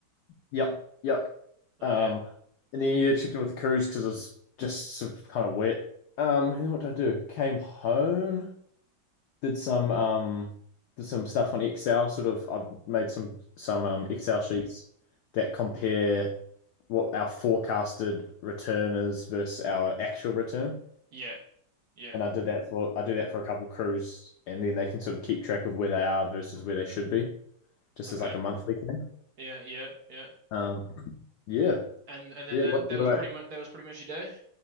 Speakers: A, on the left; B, on the right.
A: yep yep
B: Oh
A: um
B: yeah.
A: and then yeah checked in with the crews because it was just sort of kind of wet um and then what did I do came home did some um did some stuff on Excel. Sort of, I've made some some um, Excel sheets that compare what our forecasted return is versus our actual return.
B: Yeah. Yeah.
A: And I did that for I do that for a couple crews, and then they can sort of keep track of where they are versus where they should be, just
B: Okay.
A: as like a monthly thing.
B: Yeah, yeah, yeah.
A: Um, yeah,
B: and and then
A: yeah.
B: that
A: What,
B: that
A: what
B: was
A: about,
B: pretty much that was pretty much your day.